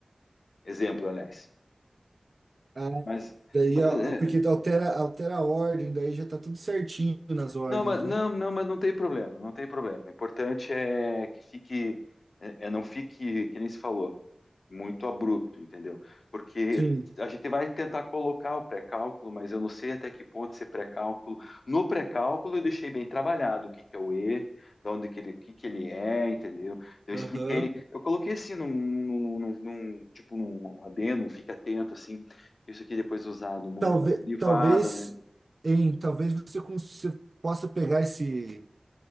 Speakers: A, on the left (about 80°); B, on the right (about 60°).
A: Exemplo, aliás.
B: Ah,
A: Mas,
B: daí,
A: mas
B: a-
A: é,
B: a- porque altera, altera a ordem, daí já tá tudo certinho nas ordens,
A: não, mas
B: né?
A: não, não, mas não tem problema, não tem problema. O importante é que fique, é, é não fique, que nem se falou, muito abrupto, entendeu? Porque
B: Sim.
A: a gente vai tentar colocar o pré-cálculo, mas eu não sei até que ponto esse pré-cálculo. No pré-cálculo eu deixei bem trabalhado o que que é o E, de onde que ele, o que que ele é, entendeu? Eu
B: Aham.
A: expliquei, eu coloquei assim num, num, num- num- tipo num adendo, fique atento assim. Isso aqui depois é usado muito
B: Talvez,
A: na derivada,
B: talvez,
A: né?
B: em, talvez você, cons- você possa pegar esse.